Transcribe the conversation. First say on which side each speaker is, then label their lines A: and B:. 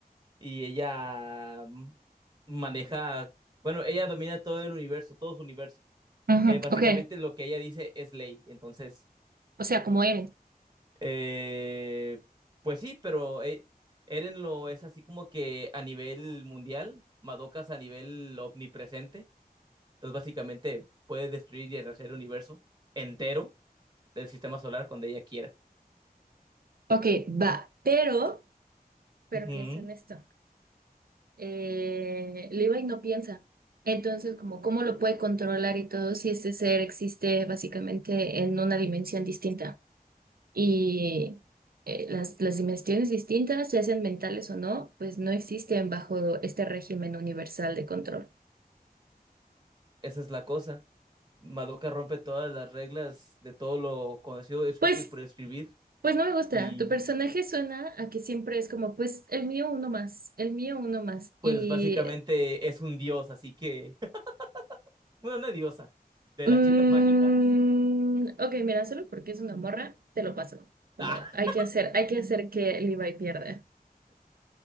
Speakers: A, on the right; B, on the right.
A: y ella mm, maneja bueno ella domina todo el universo todo su universo
B: Ujú,
A: Eh, básicamente
B: Ok,
A: lo que ella dice es ley entonces
B: o sea, como Eren.
A: eh, pues sí, pero eh, Eren lo es así como que a nivel mundial, Madoka es a nivel omnipresente, entonces básicamente puede destruir y arrasar el universo entero del sistema solar cuando ella quiera.
B: Ok, va, pero, pero
A: Ujú,
B: piensa en esto. Eh, Levi no piensa. Entonces, como, ¿cómo lo puede controlar y todo si este ser existe básicamente en una dimensión distinta? Y eh, las, las dimensiones distintas, ya sean mentales o no, pues no existen bajo este régimen universal de control.
A: Esa es la cosa. Madoka rompe todas las reglas de todo lo conocido, escrito
B: Pues,
A: y por escribir,
B: pues no me gusta.
A: y
B: Tu personaje suena a que siempre es como, pues el mío uno más, el mío uno más.
A: pues
B: y
A: básicamente es un dios, así que, <laughs> bueno, una diosa de
B: Mm,
A: las chicas mágicas.
B: ok, mira, solo porque es una morra, te lo paso. Como
A: <laughs>
B: hay que hacer, hay que hacer que Levi pierda.